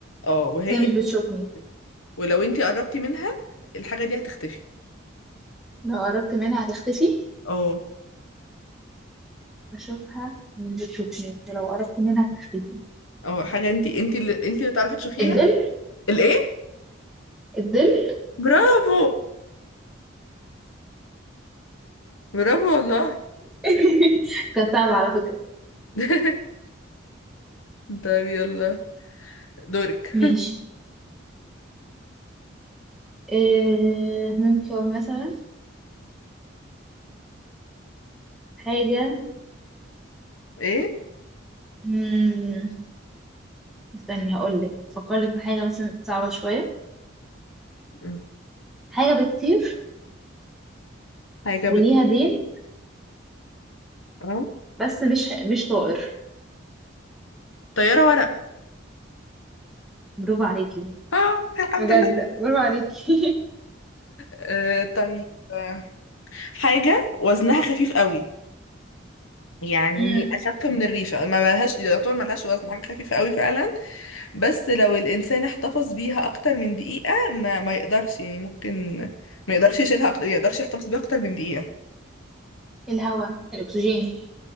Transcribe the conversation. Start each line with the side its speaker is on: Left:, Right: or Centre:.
Left: اه وهي
Centre: بس هي مش بتشوفني
Left: بتشوفك ولو أنتي قربتي منها الحاجة دي هتختفي
Centre: لو قربت منها هتختفي
Left: اه
Centre: بشوفها مش بتشوفني ولو قربت منها هتختفي
Left: اه حاجة انت انت اللي انت اللي تعرفي تشوفيها
Centre: الظل
Left: الايه
Centre: الظل
Left: برافو برافو والله
Centre: <laughs> كانت صعبة على فكرة
Left: <laughs> طيب يلا دورك
Centre: ماشي إيه ممكن مثلا حاجة
Left: ايه
Centre: مم، استني هقولك فكرلك في حاجة مثلا صعبة شوية
Left: مم.
Centre: حاجة بتطير
Left: حاجة
Centre: وليها
Left: بت
Centre: ديل
Left: اه
Centre: بس مش مش طائر
Left: طيارة ورق
Centre: برافو عليكي
Left: اه الحمد
Centre: بجد
Left: لله
Centre: برافو عليكي
Left: آه طيب آه، حاجة وزنها خفيف قوي يعني
Centre: <laughs> امم
Left: أخف من الريشة ما لهاش يعتبر ما لهاش وزن حاجة خفيفة قوي فعلا بس لو الإنسان احتفظ بيها أكتر من دقيقة ما ما يقدرش يعني ممكن ما يقدرش يشيلها أكتر ما يقدرش يحتفظ بيها أكتر من دقيقة
Centre: الهواء الاكسجين